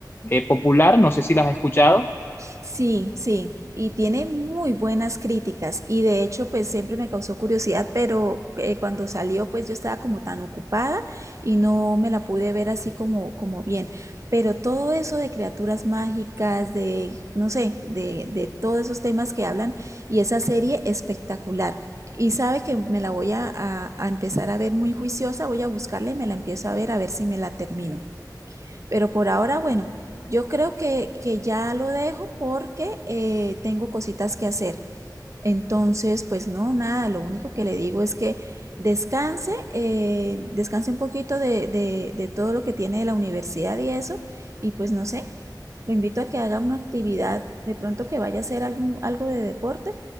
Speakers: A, on the left; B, on the right.
A: eh, popular, no sé si la has escuchado.
B: Sí, sí, y tiene muy buenas críticas y de hecho pues siempre me causó curiosidad, pero eh, cuando salió pues yo estaba como tan ocupada y no me la pude ver así como, como bien. Pero todo eso de criaturas mágicas, de, no sé, de, de todos esos temas que hablan y esa serie espectacular. Y sabe que me la voy a, a- a empezar a ver muy juiciosa, voy a buscarla y me la empiezo a ver a ver si me la termino. Pero por ahora, bueno, yo creo que, que ya lo dejo porque eh, tengo cositas que hacer. Entonces, pues no, nada, lo único que le digo es que descanse, eh, descanse un poquito de, de, de todo lo que tiene de la universidad y eso, y pues no sé, lo invito a que haga una actividad, de pronto que vaya a hacer algún, algo de deporte